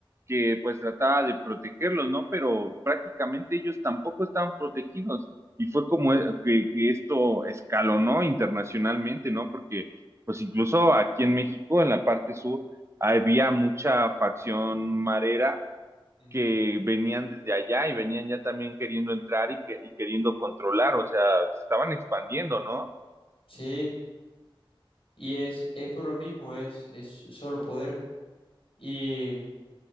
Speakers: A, on the right; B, on the left.
A: que pues trataba de protegerlos, ¿no? Pero prácticamente ellos tampoco estaban protegidos. Y fue como eh, que, que esto escalonó internacionalmente, ¿no? Porque pues incluso aquí en México, en la parte sur, había mucha facción marera
B: Ujú.
A: que venían desde allá y venían ya también queriendo entrar y, que, y queriendo controlar, o sea, se estaban expandiendo, ¿no?
B: Sí, y es, es por lo mismo, es, es solo poder. Y,